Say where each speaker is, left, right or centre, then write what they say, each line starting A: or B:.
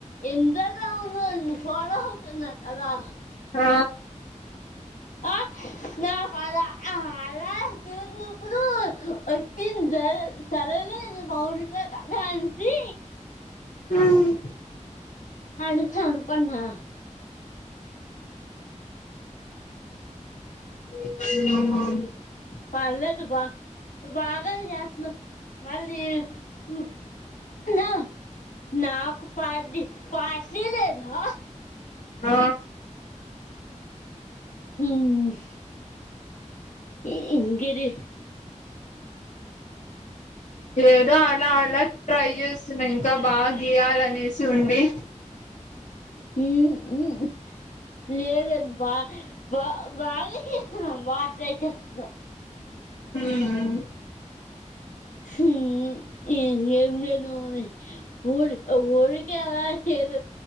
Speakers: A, on the left; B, on the left.
A: ఇంస్టాగ్రామ్ లో నిన్ను ఫాలో అవుతున్న కదా
B: ఆ
A: ఆ నా కల అలా చూసినప్పుడు వచ్చింది డ్రాయింగ్ సరేలే బాగుంది కదా అనేసి
B: హ్మ్
A: అడుగుదామనుకున్నా ఆ
B: హ్మ్
A: పలేదు బా ను బాగానే చేస్తున్నావ్ మళ్ళీ ను నా నాకు పార్టీ పార్టీ లేదా
B: ఆ
A: హ్మ్ ఈ ఇంకేంటి
B: ఎదో అలా అలా ట్రై చేస్తున్నా ఇంకా బాగా గీయాలనేసి ఉంది
A: హ్మ్ హ్మ్ లేదు లేదు బా బ బాగా చేస్తున్నావ్ బ ట్రై చేస్తున్నవ్
B: ఉమ్ హు
A: హ్మ్ హు ఇ ఏంచేస్తాం మరి ఊరి ఉరికి అలా చెస్